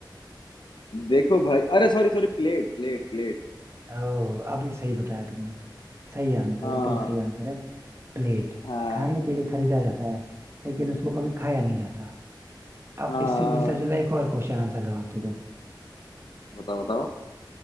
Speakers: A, on the left; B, on the right.
A: देखो भाई अरे sorry sorry plate plate plate
B: ओ अभी सही बताया तुमने सही आंसर
A: हाँ
B: एकदम सही आंसर है प्लेट
A: हाँ
B: खाने के लिए खरीदा जाता है लेकिन उसको कभी खाया नहीं जाता अब
A: हाँ
B: इससे मिलता जुला एक और क्वेश्चन आंसर जवाब दे दो
A: बताओ बताओ